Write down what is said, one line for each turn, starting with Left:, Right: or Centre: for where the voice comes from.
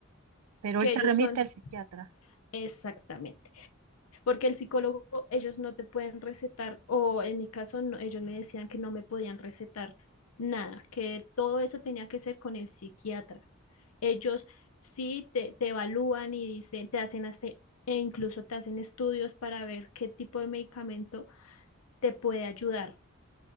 Right: pero
Left: que
Right: él te
Left: ellos
Right: remite
Left: son,
Right: al psiquiatra.
Left: exactamente. porque el psicólogo, ellos no te pueden recetar, o en mi caso, no- ellos me decían que no me podían recetar nada, que todo eso tenía que ser con el psiquiatra. Ellos sí te, te evalúan y dicen, te hacen hasta, e incluso te hacen estudios para ver qué tipo de medicamento te puede ayudar.